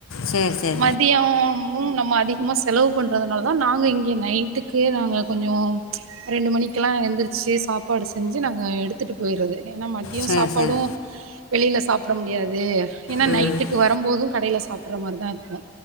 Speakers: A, on the left (about 80°); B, on the right (about 75°).
A: சரி சரி
B: மதியோம் ம் நம்ம அதிகமா செலவு பண்றதுனால தா நாங்க இங்க நைட்டுக்கு நாங்க கொஞ்சோ ரெண்டு மணிக்கெல்லா எந்திரிச்சு சாப்பாடு செஞ்சு நாங்க எடுத்துட்டு போயிறது ஏன்னா ம த்தியோ
A: சரி
B: சாப்பாடு
A: சரி
B: வெளில சாப்ட முடியாது ஏன்னா
A: ஆ
B: நைட்டுக்கு வரம்போது கடையில சாப் வர மாரிதா இருக்கு